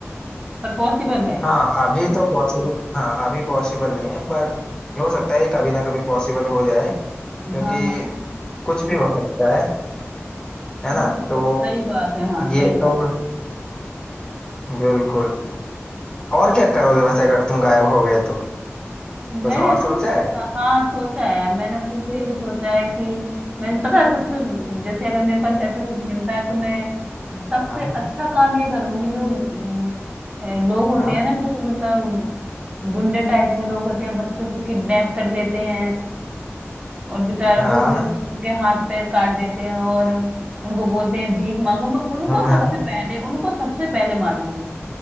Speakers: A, on the right; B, on the left.
A: पर पॉसिबल है
B: हाँ अभी तो पॉसिबल हाँ अभी पॉसिबल नहीं है पर हो सकता है ये कभी ना कभी पॉसिबल हो जाए क्योंकि
A: हाँ हाँ
B: कुछ भी हो सकता है है
A: ये
B: ना
A: तो सही
B: तो
A: सही बात है हाँ सही
B: ये
A: बात
B: तो बिल्कुल और क्या करोगे वैसे अगर तुम गायब हो गए तो
A: मैं
B: कुछ और सोचा
A: कुछ हाँ सोचा है यार मैंने कुछ
B: है
A: ही सोचा है कि मैं पता है सबसे जैसे अगर मेरे पास ऐसा कुछ मिलता है तो मैं सबसे
B: हाँ
A: अच्छा काम ये करूंगी जो अम, ए, लोग होते
B: हाँ
A: हैं ना जो मतलब गुंडे टाइप में लोग होते हैं बच्चों को किडनैप कर लेते हैं और बेचारों
B: हाँ
A: को फिर उनके हाथ पैर काट देते हैं और उनको बोलते हैं भीख मांगो मैं उनको
B: हाँ हाँ,
A: सबसे
B: हाँ,
A: पहले उनको सबसे पहले मारूंगी